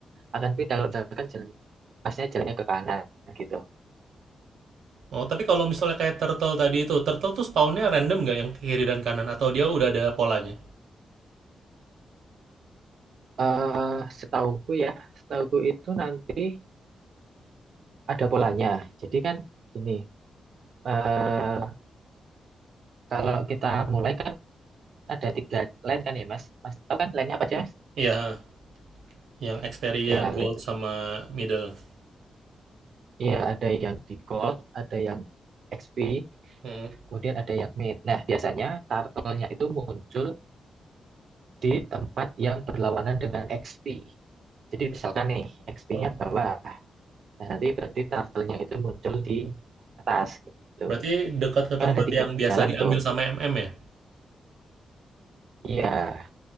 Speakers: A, on the right (about 60°); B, on the right (about 85°).
A: akan beda kalau misalkan jalan pasnya jalannya ke kanan gitu
B: Oh, tapi kalau misalnya kayak turtle tadi itu, turtle tuh spawnnya random nggak yang kiri dan kanan? Atau dia udah ada polanya?
A: eh setauku ya setauku itu nanti ada polanya jadi kan ini eh kalau kita mulai kan ada tiga line kan ya mas mas tahu kan line nya apa aja mas
B: Iya, yang experience,
A: ya
B: gold, sama middle.
A: Iya, ada yang di Gold, ada yang XP,
B: Mm-mm.
A: kemudian ada yang Mid. Nah, biasanya turtle-nya itu muncul di tempat yang berlawanan dengan XP. Jadi misalkan nih, XP-nya
B: Oh,
A: bawah. Nah, nanti berarti turtle-nya itu muncul di atas gitu.
B: berarti dekat ke
A: Kan
B: tempat
A: ada tiga
B: yang biasa
A: jalan
B: diambil
A: tuh.
B: sama MM ya?
A: Iya,